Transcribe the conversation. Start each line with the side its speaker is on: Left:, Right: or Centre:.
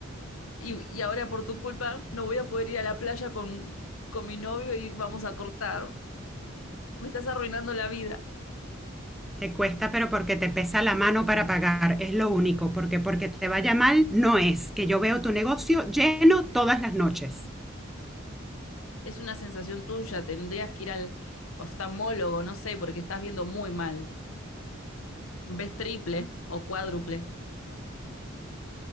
Left: Y, y ahora por tu culpa no voy a poder ir a la playa con, con mi novio y vamos a cortar. Me estás arruinando la vida.
Centre: Te cuesta, pero porque te pesa la mano para pagar, es lo único, porque porque te vaya mal no es, que yo veo tu negocio lleno todas las noches.
Left: Es una sensación tuya, tendrías que ir al oftalmólogo, no sé, porque estás viendo muy mal. Ves triple o cuádruple.